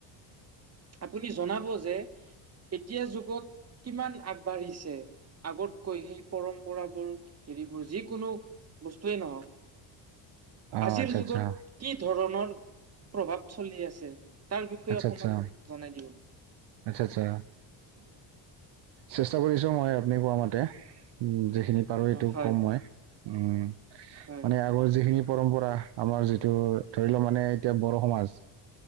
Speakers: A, on the right; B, on the right.
A: আপুনি জনাব যে এতিয়াৰ যুগত কিমান আগবাঢ়িছে আগতকৈ সেই পৰম্পৰাবোৰ হেৰিবোৰ যিকোনো বস্তুৱে নহক
B: অঁ
A: আজিৰ
B: আচ্ছা
A: যুগত
B: আচ্ছা
A: কি ধৰণৰ প্ৰভাৱ চলি আছে। তাৰ বিষয়ে
B: আচ্ছা
A: অকণমান
B: আচ্ছা
A: জনাই দিব।
B: আচ্ছা, আচ্ছা চেষ্টা কৰিছোঁ মই আপুনি কোৱা মতে উম যিখিনি পাৰো এইটো
A: অ হয়
B: কম মই উম
A: হয়
B: মানে আগৰ যিখিনি পৰম্পৰা আমাৰ যিটো ধৰি ল মানে এতিয়া বড়ো সমাজ